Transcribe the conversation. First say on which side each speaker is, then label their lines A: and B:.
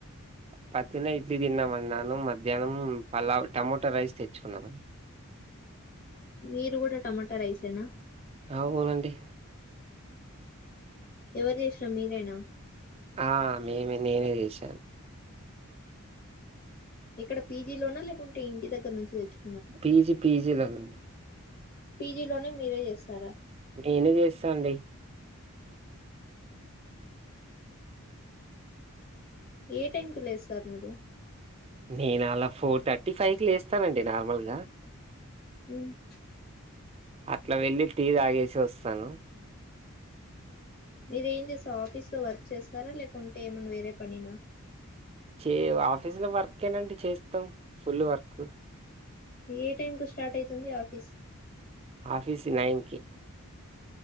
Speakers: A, on the right; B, on the left.
A: పద్దున్నే ఇడ్లీ తిన్నామన్నాను మధ్యాహ్నం పలావ్ టమాటో రైస్ తెచ్చుకున్నాం
B: మీరు కూడా టమాటా రైసేనా
A: అవునండి
B: ఎవరు చేసారు మీరేనా
A: ఆ మేమే నేనే చేశాను
B: ఇక్కడ పీజీ లోన లేకుంటే ఇంటి దగ్గర నుంచి తెచ్చుకో
A: పీజీ పీజీలో నండి
B: పీజీ లోనే మీరే చేస్తారా
A: నేనే చేస్తా అండి
B: ఏ టైం కు లేస్తారు మీరు
A: నేను అలా ఫోర్ థర్టీ ఫైవ్ కి లేస్తానండి నార్మల్గా
B: మ్మ్
A: అట్లా వెళ్లి టీ తాగేసి వస్తాను
B: మీరేం చేస్తార ఆఫీస్ లో వర్క్ చేస్తారా లేకుంటే ఏమన్నా వేరే పనినా
A: చే ఆఫీస్ లో వర్క్ ఏ నండి చేస్తాం ఫుల్ వర్క్
B: ఏ టైంకు స్టార్ట్ అయితుంది ఆఫీస్
A: ఆఫీసు నైన్ కి